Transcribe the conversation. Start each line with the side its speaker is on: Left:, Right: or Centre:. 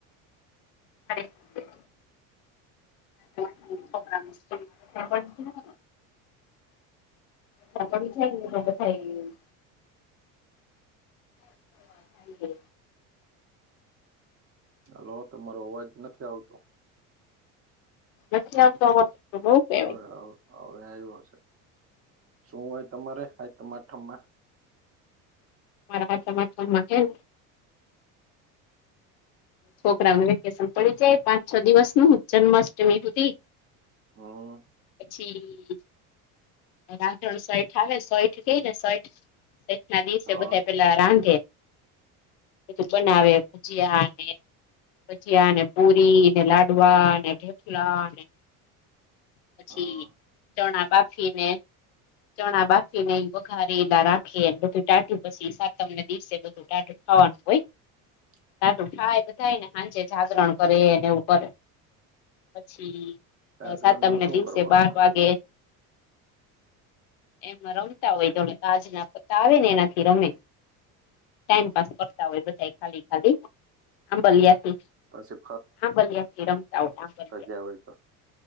Left: હરે <unintelligible> <unintelligible> શકળી ખાય રગ થાય <unintelligible> હ‌ કરે <unintelligible>
Right: હલો, તમારો અવાજ નથી આવતો.
Left: લખ્યા તો. બઉ કેવાય.
Right: હ, હવે આવ્યો છે, શું હોય તમારે? સાતમ-આઠમમાં
Left: મારા સાતમ-આઠમમાં કેમ છોકરાને વેકેશન પડી જાય, પાંચ-છ દિવસ નું જન્માષ્ટમી સુધી
Right: હમ
Left: પછી રાધણ સઠ આવે સઠ કેય સઠ ને સઠ <unintelligible> ના દિવસે
Right: હા
Left: બધા પેલા રાંધે બધું બનાવે,
Right: હ
Left: ભુજીયાને. ભજીયા ને, પુરીને, લાડવા અને થેપલાને પછી
Right: હા
Left: ચણા બાફી ને ચણા બાફીને, વઘારે એલા રાખી બધું ટાઢ્યું, પછી સાતમને દિવસે બધું ટાઢુ ખાવાનું હોઈ
Right: <unintelligible>
Left: ટાઢુ ખાય બધાયને હાંજે જાગરણ કરે, એવું કરે પછી
Right: જાગરણમાં
Left: સાતમને
Right: શું
Left: દિવસે
Right: કરવાનું
Left: બાર
Right: હોય
Left: વાગે
Right: તમે
Left: એમાં રમતા હોય, તોને કાજ ના પતા આવે ને, એનાથી રમે. ટાઈમ પાસ કરતા હોય, બધા ખાલી ખાલી આંબલિયાથી
Right: પછી
Left: આંબલિયાથી રમતા હોય. <unintelligible>
Right: ગયા હોય, તો